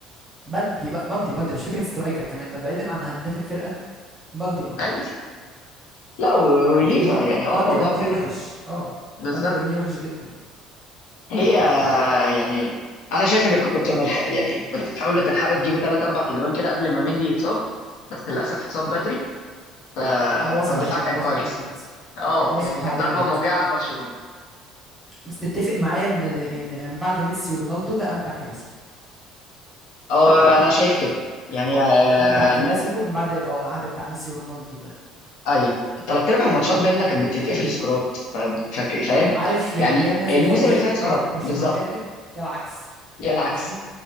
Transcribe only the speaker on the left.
أي... لا و- وليفا
يعني هو
الموضوع
فارق
بالظبط
هي يعني انا شايف انك كنت كنت ملحق يعني كنت تحاولوا تلحقوا تجيبوا ثلاث اربع تجوان كده قبل ما مندي يتصاب بس للاسف اتصاب بدري ف...
فالدفاع
كان
كويس
اه
يعني كانت
ضربه
موجعه لبرشلونه
اه انا شايف كده يعني آه،
الم...
ايوه الثلاث ارباع الماتشات بيننا كانت بتتقفل سكورات ف... فك- فاهم
يعني
الموسم
اللي فات سكورات
بالظبط
يا
العكس